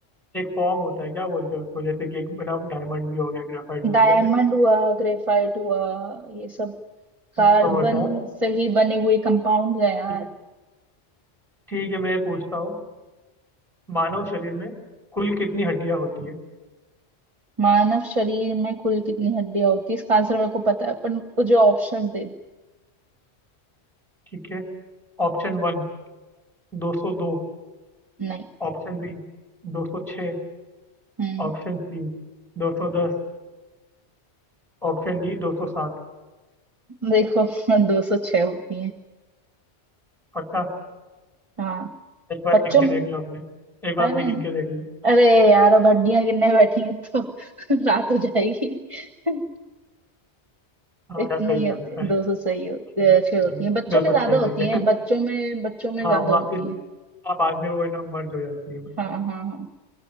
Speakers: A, in the centre; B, on the right.
A: एक फॉर्म होता है क्या बोलते हैं उसको जैसे कि एक ना डायमंड भी हो गया ग्रेफाइट भी हो
B: डायमंड
A: गया ऐसे
B: हुआ ग्रेफाइट हुआ ये सब कार्बन
A: वो सब होता है
B: से ही बने हुए कंपाउंड है यार
A: ठीक है ठीक है मैं पूछता हूँ मानव शरीर में कुल कितनी हड्डियां होती है
B: मानव शरीर में कुल कितनी हड्डियां होती है इसका आंसर मेरे को पता है पर वो जो ऑप्शंस दे दी
A: ठीक है ऑप्शन वन दो सौ दो
B: नहीं
A: ऑप्शन बी दो सौ छः
B: हम्म
A: ऑप्शन सी दो सौ दस ऑप्शन डी दो सौ सात
B: देखो <laughs> दो सौ छह होती है
A: पक्का
B: हाँ
A: एक बार
B: बच्चों
A: गिन के
B: में
A: देख लो अपने एक बार
B: अरे
A: अपने गिन के देख लो
B: अरे यार अब हड्डियां गिनने बैठेंगे तो <laughs> रात हो जाएगी <laughs>
A: हाँ
B: इतनी
A: यार सही
B: ही
A: है
B: होती
A: आंसर
B: दो
A: <laughs>
B: सौ सही होती
A: सही
B: है छह होती
A: है
B: है बच्चों
A: दो
B: में
A: सौ
B: ज्यादा
A: छः सही
B: होती है
A: है
B: बच्चों में
A: <laughs>
B: बच्चों में
A: हाँ
B: ज्यादा
A: वापिस
B: होती है
A: हाँ बाद में वो है ना मर्ज हो जाती है मतलब
B: हाँ हाँ हाँ